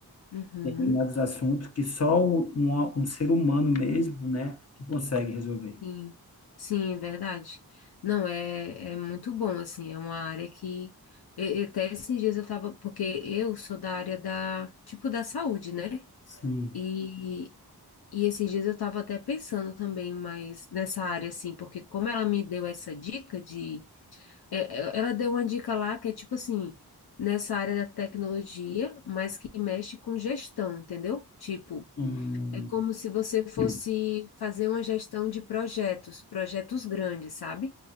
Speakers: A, on the left; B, on the left.
A: Uhum.
B: determinados assuntos que só um, um, um ser humano mesmo, né, que consegue resolver.
A: Sim. Sim, é verdade. Não, é, é muito bom, assim, é uma área que. e- e Até esses dias eu tava, porque eu sou da área da, tipo, da saúde, né?
B: Sim.
A: E, E esses dias eu estava até pensando também mais nessa área, assim, porque como ela me deu essa dica de. é, é, Ela deu uma dica lá que é tipo assim, nessa área da tecnologia, mas que mexe com gestão, entendeu? Tipo,
B: Hum,
A: é como se você fosse
B: hum,
A: fazer uma gestão de projetos, projetos grandes, sabe?